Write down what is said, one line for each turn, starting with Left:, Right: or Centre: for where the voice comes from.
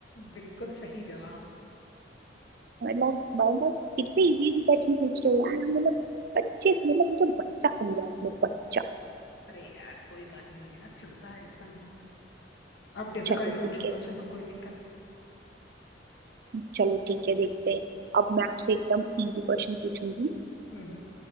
Left: बिल्कुल सही जवाब
Right: मतलब मतलब कितने इजी इजी क्वेश्चन पूछ रहे हो यार मतलब बच्चे से- मतलब मुझे बच्चा समझा अपने बच्चा
Left: अरे यार कोई बात नहीं यार चलता है इतना भी अब डिफिकल्ट
Right: चलो ठीक
Left: पूछूंगा
Right: है
Left: चलो कोई दिक्कत नहीं है।
Right: चलो ठीक है देखते हैं अब मैं आपसे एकदम इजी क्वेश्चन पूछूंगी
Left: हम्म